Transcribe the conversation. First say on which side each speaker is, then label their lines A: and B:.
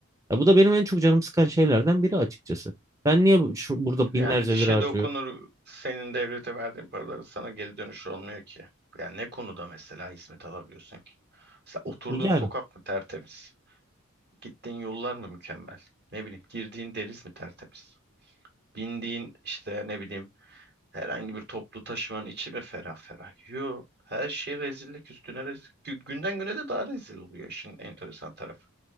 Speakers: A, on the right; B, on the right.
A: Ya bu da benim en çok canım sıkan şeylerden biri açıkçası. Ben niye bu- şu, burada binlerce
B: Yani dişe
A: lira harcıyorum?
B: dokunur senin devlete verdiğin paraları sana geri dönüş olmuyor ki. Yani ne konuda mesela hizmet alabiliyorsun ki? Mesela oturduğun
A: Yani
B: sokak mı tertemiz? Gittiğin yollar mı mükemmel? Ne bileyim girdiğin deniz mi tertemiz? Bindiğin işte ne bileyim Herhangi bir toplu taşımanın içi mi ferah ferah? Yo. Her şey rezillik üstüne rezil. Gü- Günden güne de daha rezil oluyor işin enteresan tarafı.